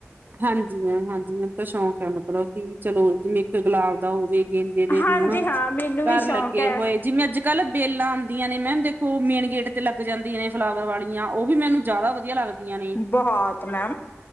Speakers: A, on the right (about 45°); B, on the left (about 45°).
A: ਹਾਂਜੀ ਮੈਮ ਹਾਂਜੀ, ਮੈਨੂੰ ਤਾਂ ਸ਼ੌਂਕ ਐ ਮਤਲਬ ਵੀ ਚੱਲੋ ਜਿਵੇਂ ਇੱਕ ਗੁਲਾਬ ਦਾ ਹੋਵੇ ਗੇਂਦ <unintelligible>
B: ਹਾਂਜੀ
A: ਹਣਾ,
B: ਹਾਂ ਮੈਨੂੰ ਵੀ
A: ਘਰ
B: ਸ਼ੌਕ
A: ਲੱਗੇਂ
B: ਹੈ
A: ਹੋਏ, ਜਿਵੇਂ ਅੱਜ਼-ਕੱਲ੍ਹ ਵੇਲਾਂ ਆਦੀਆਂ ਨੇਂ ਮੈਮ ਦੇਖੋਂ ਮੇਨ ਗੇਟ ਤੇ ਲੱਗ ਜਾਂਦੀਆਂ ਨੇਂ ਫਲਾਵਰ ਵਾਲ਼ੀਆਂ, ਓ ਵੀ ਮੈਂਨੂੰ ਜਾਦਾ ਵਧੀਆਂ ਲੱਗਦੀਆਂ ਨੇਂ।
B: ਬੋਹੋਤ ਮੈਮ।